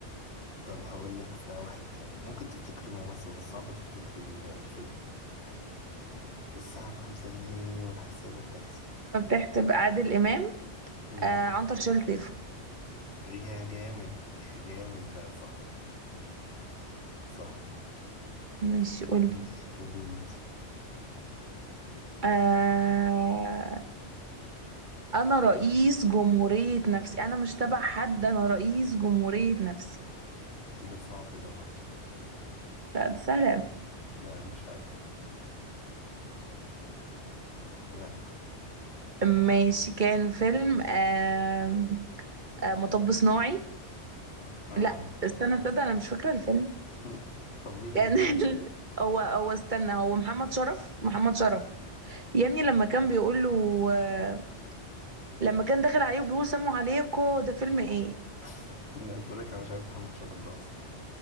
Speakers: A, on the left; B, on the right.
A: طب هقول لك في واحد تاني ممكن تفتكري الممثل بس صعب تفتكري ال- الفيلم الساعة بخمسة جنيه والحسابة بتحسب
B: مفتاح تبقى عادل إمام
A: امم
B: آه عنتر شال سيفه
A: يا جامد يا جامد ده صح صح
B: ماشي قولي
A: ماشي قولي لي انتي
B: آه أنا رئيس جمهورية نفسي أنا مش تبع حد أنا رئيس جمهورية نفسي
A: ايه ده صعب ده برضه
B: لا ده سهل أوي
A: لا مش عارف لا
B: ماشي كان فيلم آه آه مطب صناعي
A: آه.
B: لا استنى تصدق أنا مش فاكرة الفيلم
A: <laughs> طب مين
B: كان
A: الممثل؟
B: <laughs> هو هو استنى هو محمد شرف محمد شرف يا ابني لما كان بيقول له آه، لما كان داخل عليه وبيقول سموا عليكم ده فيلم ايه
A: <laughs> الناس بقول لك انا مش عارف محمد شرف ده اصلا